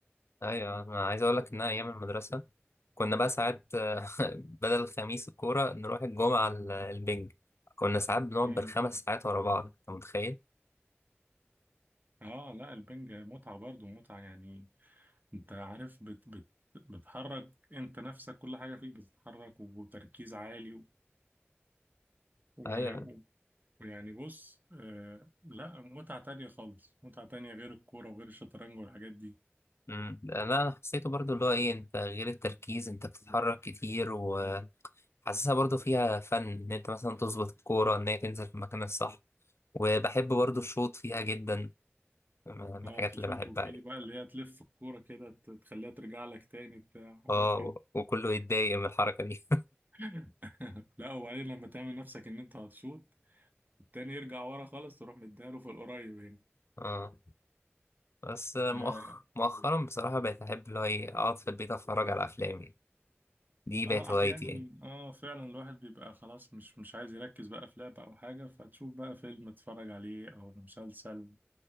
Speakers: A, on the left; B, on the right.
A: أيوة أنا عايز أقول لك إن أنا أيام المدرسة كنا بقى ساعات <laughs> بدل الخميس الكورة نروح الجمعة ال- البينج كنا ساعات بنقعد
B: امم
A: بالخمس ساعات ورا بعض أنت متخيل؟
B: اه لا البنج متعة برضو متعة يعني انت عارف بت بت بتحرك انت نفسك كل حاجة فيك بتتحرك وتركيز عالي و- و-
A: أيوة
B: ويعني بص آه لا متعة تانية خالص متعة تانية غير الكورة وغير الشطرنج والحاجات دي
A: مم. لا أنا حسيته برضو اللي هو إيه أنت غير التركيز أنت بتتحرك كتير وحاسسها برضو فيها فن إن أنت مثلا تظبط الكورة إن هي تنزل في المكان الصح وبحب برضو الشوط فيها جدا من
B: اه
A: الحاجات
B: تشوط
A: اللي بحبها
B: وفي
A: يعني
B: بقى اللي هي تلف الكورة كده ت- تخليها ترجع لك تاني بتاع حاجات
A: اه
B: كده
A: وكله يتضايق من الحركة دي
B: <laughs> لا وبعدين لما تعمل نفسك ان انت هتشوط التاني يرجع ورا خالص تروح مديها له في القريب هنا
A: اه بس مؤخ...
B: اه
A: مؤخرا بصراحة بقيت أحب اللي هو إيه أقعد في البيت أتفرج على أفلام يعني دي بقت
B: آه،
A: هوايتي
B: احيانا
A: يعني
B: اه فعلا الواحد بيبقى خلاص مش مش عايز يركز بقى في لعبة او حاجة فتشوف بقى فيلم تتفرج عليه او مسلسل